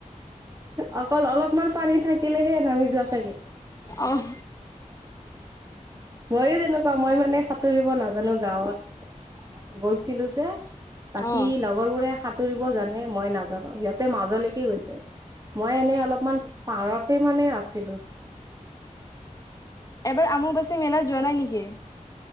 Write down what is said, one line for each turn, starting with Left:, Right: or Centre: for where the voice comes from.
Right: অকল অলপমান পানী থাকিলেহে নামি যোৱা চাগে।
Left: অ',
Right: ময়ো তেনেকুৱা মই মানে। সাঁতুৰিব নাজানো গাঁৱত গৈছিলো যে বাকী
Left: অ'।
Right: লগৰ বোৰে সাঁতুৰিব জানে মই নাজানো সিহঁতে মাজলৈকে গৈছে। মই এনে অলপমান পাৰতে মানে আছিলো।
Left: এবাৰ আমু বাছে মেলাত যোৱা নাই নেকি।